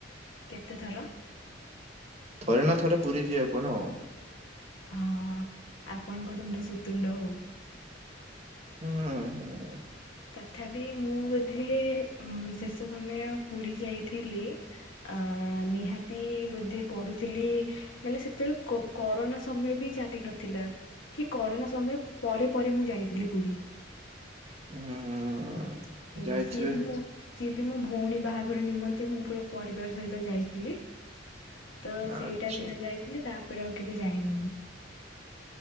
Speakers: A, on the left; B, on the right.
A: କେତେଥର?
B: ଥରେ ନା ଥରେ ପୁରୀ ଯିବେ ଆପଣ।
A: ହଁ ଆପଣଙ୍କ ତୁଣ୍ଡ ସୁତୁଣ୍ଡ ହଉ।
B: ହୁଁ ହୁଁ।
A: ତଥାପି ମୁଁ ବୋଧେ ଉଁ ଶେଷ ସମୟ ପୁରୀ ଯାଇଥିଲି ଅଁ ନିହାତି ବୋଧେ ପଢୁଥିଲି ମାନେ ସେତେବେଳେ କରୋନା ସମୟ ବି ଚାଲି ନଥିଲା। କି କରନା ସମୟ ପରେ ପରେ ମୁଁ ଯାଇଥିଲି ପୁରୀ।
B: ହୁଁ।
A: ଉଁ
B: ଯାଇଥିବେ।
A: ସିଏ ବି ମୁଁ ସିଏ ବି ମୋ ଭଉଣୀ ବାହାଘର ନିମନ୍ତେ ମୁଁ ପୁରା ପରିବାର ସହିତ ଯାଇଥିଲି। ତ ସେଇଟା
B: ଆଚ୍ଛା
A: ଯାହା ଯାଇଥିଲି ତାପରେ ଆଉ କେବେ ଯାଇନି।